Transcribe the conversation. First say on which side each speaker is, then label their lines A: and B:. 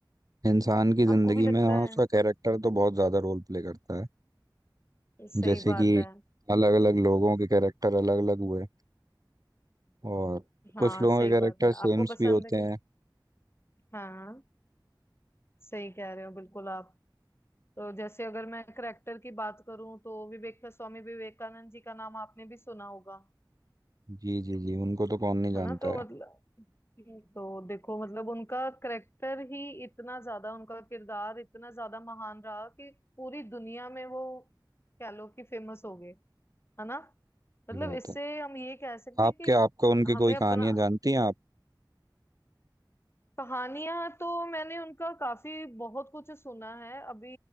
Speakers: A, on the right; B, on the left.
A: इंसान की ज़िंदगी
B: आपको भी लगता
A: में हाँ उसका
B: है
A: कैरेक्टर तो बहुत ज़्यादा रोल प्ले करता है
B: सही
A: जैसे
B: बात
A: कि
B: है
A: अलग अलग लोगों के कैरेक्टर अलग अलग हुए और
B: हाँ
A: कुछ लोगों
B: सही
A: के कैरेक्टर
B: बात है
A: सेम्स
B: आपको पसंद
A: भी होते
B: है कि
A: हैं
B: हाँ सही कह रहे हो बिल्कुल आप तो जैसे अगर मैं करेक्टर की बात करूं तो विवेक स्वामी विवेकानंद जी का नाम आपने भी सुना होगा
A: जी जी जी उनको तो कौन नहीं जानता
B: है ना तो
A: है
B: मतलब तो देखो मतलब उनका करेक्टर ही इतना ज्यादा उनका किरदार इतना ज्यादा महान रहा कि पूरी दुनिया में वो कह लो कि फेमस हो गए है ना मतलब
A: ये बात
B: इससे
A: है
B: हम ये कह सकते
A: आपके
B: हैं कि
A: आपको उनकी
B: हमें
A: कोई
B: अपना
A: कहानियाँ जानती हैं आप
B: कहानियां तो मैंने उनका काफी बहुत कुछ सुना है अभी